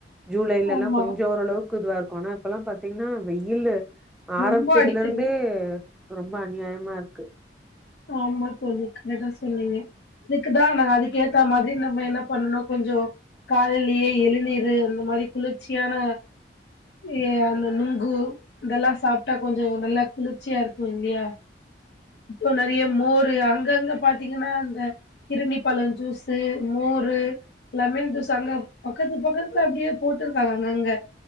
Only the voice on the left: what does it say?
ஆமா
ரொம்ப அடிக்குது
ஆமா தோழி கரெட்டா சொன்னீங்க இதுக்குதா நா அதுக்கு ஏத்தா மாரி நம்ம என்ன பண்ணணு கொஞ்சோ காலையிலயே எழுநீரு இந்த மாரி குளிர்ச்சியான ஏ அந்த நுங்கு இதெல்லாம் சாப்ட்டா கொஞ்ஜோம் நல்லா குளிர்ச்சியா இருக்கும் இல்லையா இப்ப நறைய மோரு அங்கங்க பாத்தீங்கன்னா இந்த கிருணி பழொ ஜூஸு மோரு லெமன் ஜூஸ் அங்க பக்கத்து பக்கத்துல அப்டியே போட்ருக்காங்க அங்க அங்க